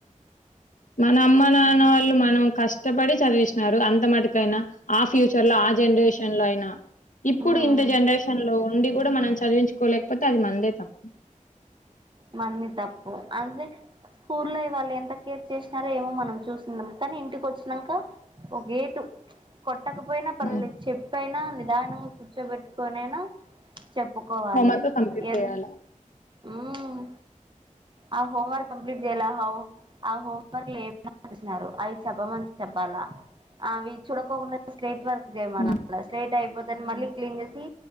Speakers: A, on the left (about 70°); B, on the right (about 35°).
A: మన అమ్మ నాన్న వాళ్ళు మనం కష్టపడి చదివిసినారు అంత మట్టుకైనా ఆ ఫ్యూచర్లా ఆ జనరేష్ షన్లో అయినా ఇప్పుడు
B: ఉమ్
A: ఇంత జనరేషన్ లో ఉండి కూడా మనం చదివించుకోలేకపోతే అది మనదే తప్
B: మన్ది తప్పు అదే స్కూల్లో వాళ్ళు ఎంత కేర్ చేసినారో ఏమో మనం చూసనం కానీ ఇంటికి వచ్చినాక ఓ గేటు కొట్టకపోయినా పర్వలేదు
A: హ్మ్.
B: చెప్పైనా నిదానంగా కూర్చోబెట్టుకొనైనా చెప్పుకోవాలి
A: హోంవర్క్ కంప్లీట్
B: ఎన్
A: చేయాల
B: మ్ ఆ హోమ్ వర్క్ కంప్లీట్ చేయలా ఆ హోమ్ వర్క్ లేదా నారు అవి చెప్పమన్ చెప్పల అవి చూడకోకుండా స్ట్రేట్ వర్క్ చేయమనల
A: హ్మ్.
B: స్లెట్ అయిపోతేని మళ్ళీ క్లీన్ చేసి